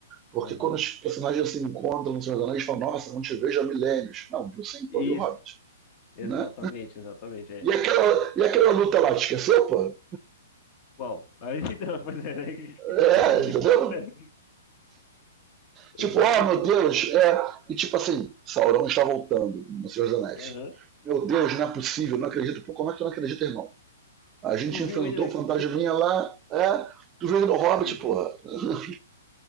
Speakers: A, on the right; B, on the left.
A: Porque
B: Aham.
A: quando os personagens se encontram no Senhor dos Anéis, falam, nossa, não te vejo há milênios. Não, viu sim, pô,
B: Isso,
A: e o Hobbit,
B: exatamente,
A: né?
B: exatamente, é.
A: E aquela, e aquela luta lá, te esqueceu, pô?
B: Qual? Aí, <laughs> então, pois é, né?
A: É,
B: A gente fica assim,
A: entendeu?
B: qual? <laughs> Ué, Exatamente,
A: Tipo, ah, meu Deus,
B: cara.
A: é. E tipo assim, Sauron está voltando no Senhor dos Anéis.
B: Aham.
A: Meu Deus, não é possível, não acredito. Pô, como é que tu não acredita, irmão? A gente
B: Tu
A: enfrentou
B: viu ele, né?
A: o
B: que
A: fantasminha
B: tu-
A: lá, é. Tu veio no Hobbit,
B: <laughs>
A: porra. <laughs>